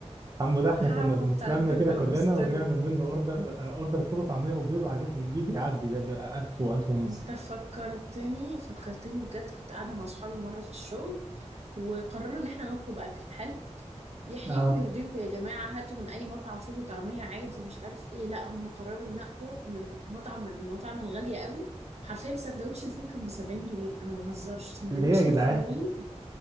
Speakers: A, on the right (about 30°); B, on the right (about 65°).
A: عمو ده احنا
B: حبه
A: كنا بنتلم
B: بتاع البيض بالبسطرمة
A: كده كلنا ونعمل منه اوردر اوردر فول وطعميه وبيض وحاجات من دي بيعدي ده بيبقى 1000 و1000 ونص
B: انت فكرتني فكرتني بجد كنت قاعدة مع صحابي مرة في الشغل وقررنا ان احنا نطلب اكل حلو يحييكوا
A: اه
B: يرضيكوا يا جماعة هاتوا من اي مطعم فول وطعمية عادي مش عارف ايه لا هم قرروا ينقوا من مطعم من المطاعم الغالية قوي حرفيا سندوتش الفول كان ب 70 جنيه انا ما بهزرش سندوتش
A: ليه يا جدعان
B: الفول